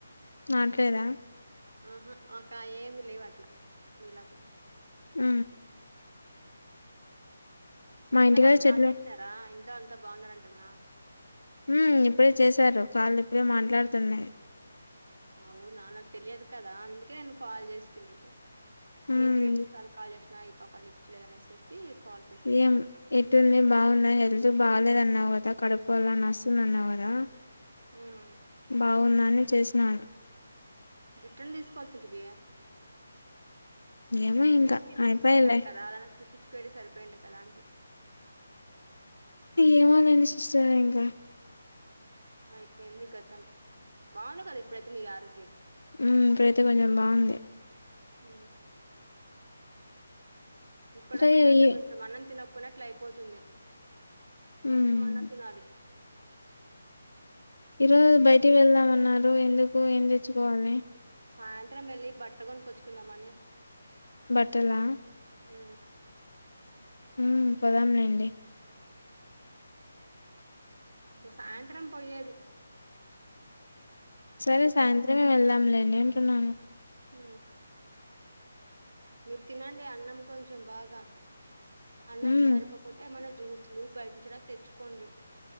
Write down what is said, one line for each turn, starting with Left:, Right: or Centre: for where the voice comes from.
Left: మాట్లేదా
Right: ఆహా ఒక ఏమి లేవు అట్ల మీలాగా
Left: ఊ మా
Right: ఇంట్లో
Left: ఇంటికాడ
Right: వాళ్ళ
Left: చెట్లు
Right: కాల్ చేసినారా ఇంట్లో అంతా బాగున్నారంటన్న
Left: ఉ ఇప్పుడే చేశారు కాళ్ళు ఇప్పుడే మాట్లాడుతున్నాయి
Right: అవునా నాకు తెలియదు కదా అందుకే నేను కాల్ చేస్తే మీకు
Left: ఉమ్
Right: ఏంది రెండు సార్లు కాల్ చేసినా ఈ పాప లీఫ్ చేయల అనేసేసి కాల్ చేస్తి
Left: ఏం ఎట్టుంది బాగున్నా హెల్త్ బాగాలేద అన్నా అంత కడుపు అలా నస్తుందన్నావ్ కదా
Right: ఉమ్
Left: బాగుంద అని చేసినా
Right: జుట్టున్ తీసుకోవాల్సింటివి
Left: ఏమో ఇంకా
Right: దిష్టి దిష్టి
Left: అయిపోయిలే
Right: అంటారు కదా అదన తిప్పిచ్చుకోయింటె సరిపోయిండు కదా అంటి
Left: ఏమోలేండి సిస్టర్ ఇంక
Right: అయిపోయింది గతం బాగుండ కదా ఇప్పుడైతే మీ ఆరోగ్యం
Left: ఉ ఇప్పుడైతే కొంచెం బాగుంది
Right: ఊ ఇప్పుడా
Left: అంటే
Right: తినండి
Left: ఈ
Right: కొంచెం అన్నం తినకపోయిన అట్లయిపోతుంది కించమన్న
Left: ఉమ్
Right: తినాలి
Left: ఈరోజు బయటికి వెళ్దామన్నారు ఎందుకు ఏం తెచ్చుకోవాలని
Right: సాయంత్రం వెళ్ళి బట్ట కొనికోచ్చుకుందాంని
Left: బట్టలా
Right: ఉ
Left: ఉ పోదాంలేండి
Right: సాయంత్రం పొయ్యేది
Left: సరే సాయంత్రమే వెళ్దాంలేండి అంటున్నాను
Right: ఉ మీరు తినండి అన్నం కొంచెం బాగా అన్నం
Left: ఉమ్
Right: సరిపోపోతే ఏమన్నా జ్యూస్ లు బయటనుంచి అయిన తెచ్చుకోండి